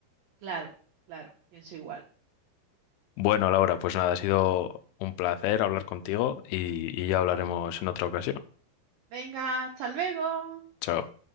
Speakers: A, on the right; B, on the left.
A: Claro, claro, pienso igual.
B: Bueno, Laura, pues nada, ha sido un placer hablar contigo y, y ya hablaremos en otra ocasión.
A: Venga, hasta luego.
B: Chao.